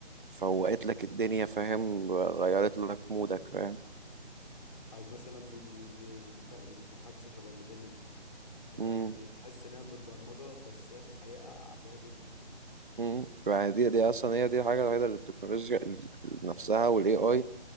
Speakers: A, on the right; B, on the left.
A: فوقت لك الدنيا فاهم غيرت لك مودك فاهم
B: او مثلا م- مكا- محادثه شبه اللي بينا دي انت فاهم
A: امم
B: يعني تحس انها متبرمجه بس هي في الحقيقه عفويه جدا
A: امم فدي دي اصلا هي دي الحاجة الوحيدة اللي التكنولوجيا ال- نفسها والاي اي